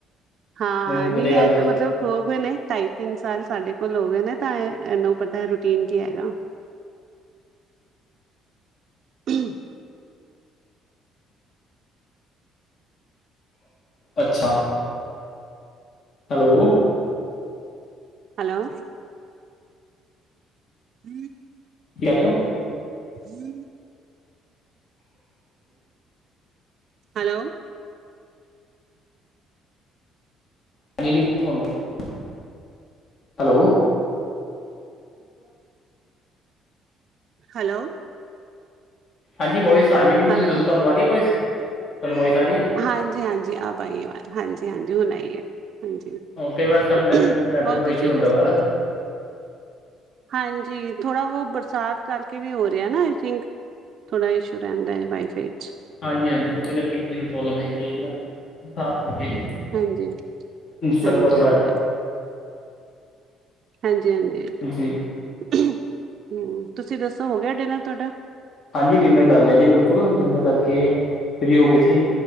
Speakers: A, on the right; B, on the left.
A: ਹਾਂ
B: ਨਹੀਂ ਨਹੀਂ
A: ਨੀ
B: ਵਧੀਆ ਗੱਲ
A: ਆ
B: ਹੈ
A: ਤਾਂ ਮਤਲਬ ਹੋ ਗਏ ਨੇ ਢਾਈ-ਤਿੰਨ ਸਾਲ ਸਾਡੇ ਕੋਲ ਹੋ ਗਏ ਨੇ ਤਾਂ ਇਹਨੂੰ ਪਤਾ ਰੂਟੀਨ ਕੀ ਹੈਗਾ। <unintelligible>
B: ਅੱਛਾ ਹੈਲੋ
A: ਹੈਲੋ <inaudible>
B: ਕੀ ਕਹਿ ਰਹੇ ਔ?
A: <inaudible> ਹੈਲੋ
B: <unintelligible> ਹੈਲੋ
A: ਹੈਲੋ-
B: ਹਾਂਜੀ ਵੋਇਸ ਆਾਰੀ ਹੈ ਮੈਨੂੰ
A: ਹੈਲੋ
B: ਤੁਸੀਂ ਦੱਸੋ ਤੁਹਾਨੂੰ ਆ ਰਹੀ ਹੈ ਵੋਇਸ ਤੁਹਾਨੂੰ ਵੋਇਜਸ ਆਹੀ ਹੈ?
A: ਹਾਂਜੀ-ਹਾਂਜੀ ਅਬ ਆਈ ਆਵਾਜ਼ ਹਾਂਜੀ-ਹਾਂਜੀ ਹੁਣ ਆਈਏ ਹਾਂਜੀ
B: ਕਈ ਵਾਰ ਸਮਟਾਈਮ
A: ਹੋਰ
B: ਨੈਟਵਰਕ ਥੋੜਾ
A: ਤੁਸੀਂ
B: ਇਸ਼ੂ ਹੁੰਦਾ
A: ਦੱਸੋ?
B: ਵਾ ਨਾ
A: ਹਾਂਜੀ ਥੋੜ੍ਹਾ ਬਹੁ ਬਰਸਾਤ ਕਰਕੇ ਵੀ ਹੋ ਰਿਹਾ ਨਾ ਆਈ ਥਿੰਕ ਥੋੜ੍ਹਾ ਇਸ਼ੂ ਰਹਿੰਦਾ ਵਾਈ ਫਾਈ ਚ
B: ਹਾਂਜੀ-ਹਾਂਜੀ ਉਹਦੇ ਕਰਕੇ ਮੇਨ ਪ੍ਰੋਬਲਮ ਹੈਗੀ ਹੈ ਜਿਹੜਾ ਕਰਕੇ
A: ਹਾਂਜੀ
B: ਸਰਵਰ
A: ਹਾਂਜੀ
B: ਥੋੜਾ-
A: ਹਾਂਜੀ ਹਾਂਜੀ-ਹਾਂਜੀ।
B: ਜੀ।
A: ਹਮ ਤੁਸੀਂ ਦੱਸੋ ਹੋ ਗਿਆ ਡਿਨਰ ਤੁਹਾਡਾ?
B: ਹਾਂਜੀ ਡਿਨਰ ਕਰ ਲਿਆ ਜੀ ਬਿਲਕੁਲ ਡਿਨਰ ਕਰਕੇ ਫ੍ਰੀ ਹੋ ਗਏ ਸੀ